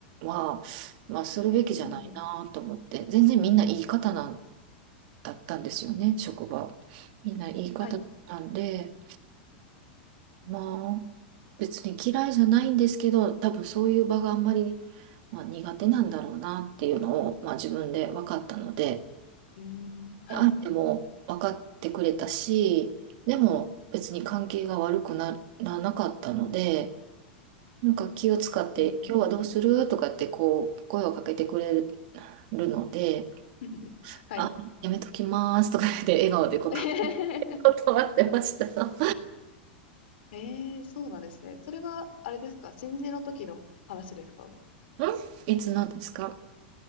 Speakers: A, on the right; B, on the left.
A: は、まあするべきじゃないなと思って、
B: うん、うん、
A: 全然みんないい方なだったんですよね、職場。みんないい方だったんで、
B: はい。
A: まあ、別に嫌いじゃないんですけど、多分そういう場があんまり、まあ、苦手なんだろうなっていうのを、まあ、自分で分かったので、
B: うーん、はい。
A: 相手も分かってくれたし、でも別に関係が悪くならなかったので、なんか気を使って、
B: うーん、
A: 今日はどうするとかってこう、声をかけてくれるので、
B: <laughs> はい。
A: あ、やめときますとか言って笑顔でこと
B: <laughs>
A: 断ってました。
B: ええそうなんですね。それは、あれですか新人の時の話ですか
A: んいつなんですか